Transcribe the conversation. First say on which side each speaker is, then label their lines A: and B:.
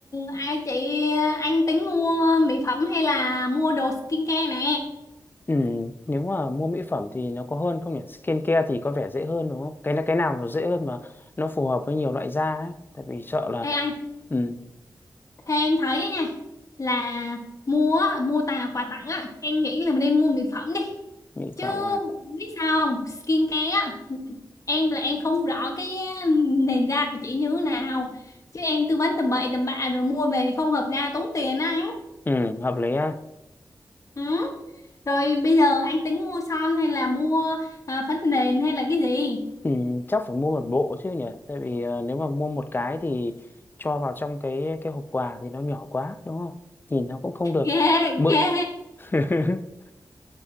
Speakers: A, on the left (about 45°); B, on the left (about 30°).
A: ai chị ờ, anh tính mua mỹ phẩm hay là mua đồ skincare nè?
B: Ừ, nếu mà mua mỹ phẩm thì nó có hơn không nhỉ? Skincare thì có vẻ dễ hơn đúng không? Cái cái nào nó dễ hơn mà nó phù hợp với nhiều loại da ấy. Tại vì sợ là
A: Ê anh,
B: ừ,
A: thế em thấy á nha là mua á, mua tà quà tặng á, em nghĩ là mình nên mua mỹ phẩm đi.
B: mỹ
A: Chứ
B: phẩm à.
A: biết sao không? Skincare á em là em không rõ cái nền da của chị như thế nào chứ em tư vấn tầm bậy tầm bạ rồi mua về không hợp da tốn tiền á anh
B: Ừ, hợp lý ha.
A: ừ. rồi bây giờ anh tính mua son hay là mua à, phấn nền hay là cái gì
B: Ừ, chắc phải mua một bộ chứ nhỉ? Tại vì ờ, nếu mà mua một cái thì cho vào trong cái cái hộp quà thì nó nhỏ quá đúng không? Nhìn nó cũng không được
A: ghê
B: bự.
A: ghê
B: <laughs>